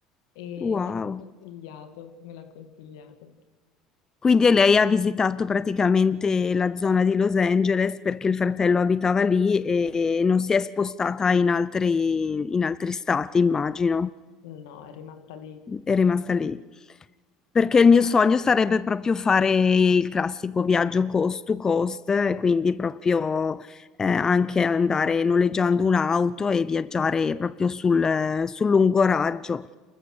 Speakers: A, on the left; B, on the left.
A: E
B: Wow.
A: me l'ha consigliato, me l'ha consigliato.
B: Quindi lei ha visitato praticamente la zona di Los Angeles perché il fratello abitava lì e non si è spostata in altri, in altri stati, immagino
A: No, è rimasta lì
B: è rimasta lì. Perché il mio sogno sarebbe proprio fare il classico viaggio coast to coast, eh, quindi proprio eh, anche andare noleggiando un'auto e viaggiare proprio sul, eh, sul lungo raggio.